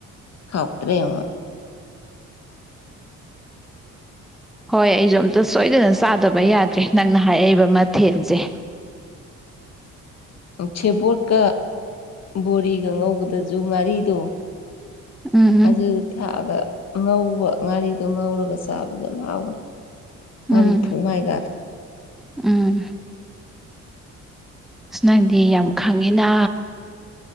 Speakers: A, on the left; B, in the centre.
A: ꯍꯥꯎꯇꯔꯥ ꯌꯦꯡꯉꯣ
B: ꯍꯣꯏ ꯑꯩꯁꯨ ꯑꯝꯇ ꯁꯣꯏꯗꯅ ꯆꯥꯗꯕ ꯌꯥꯗ꯭ꯔꯦ ꯅꯪꯅ ꯍꯥꯏꯔꯛꯏꯕ ꯃꯊꯦꯜꯁꯦ
A: ꯁꯦꯕꯣꯠꯀ ꯕꯣꯔꯤꯒ ꯉꯧꯕꯗꯁꯨ ꯉꯥꯔꯤꯗꯣ
B: ꯎꯝ ꯎꯝ
A: ꯑꯗꯨ ꯊꯥꯛꯑꯒ ꯉꯧꯕ ꯉꯥꯔꯤꯗꯣ ꯉꯧꯔꯒ ꯆꯥꯕꯗ ꯌꯥꯝ ꯍꯥꯎꯕꯅꯤ ꯉꯥꯔꯤ
B: ꯎꯝ
A: ꯐꯨꯃꯥꯏꯒꯗ
B: ꯎꯝ ꯅꯪꯗꯤ ꯌꯥꯝ ꯈꯪꯉꯤꯅ